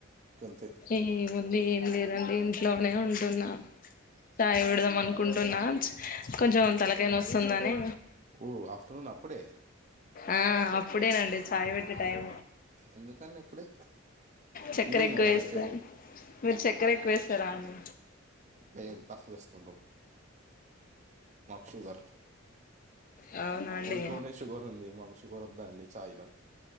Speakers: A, on the right; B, on the left.
A: అంతే
B: ఏ ఏ ఏం లేదండి ఇంట్లోనే ఉంటున్నా చాయ పెడదాం అనుకుంటున్నా కొంచెం తలకాయ నొస్తుంది అని
A: ఓ ఆఫ్టర్నాన్ అప్పుడే
B: ఆ అప్పుడేనండి చాయ్ పెట్టే టైం
A: ఎందుకండి ఎప్పుడే
B: చక్కెర
A: ఈవెనింగ్
B: ఎక్కువ
A: కదా పెట్టే
B: మీరు చె చకార ఎక్కువ వేస్తారా అండి
A: లేదు తక్కువ వేసుకుంటాం మాకు షుగర్
B: అవునడి అవునండి
A: ఒంట్లోనే షుగర్ ఉంది మాకు షుగర్ వద్దా అండి ఛాయ్లా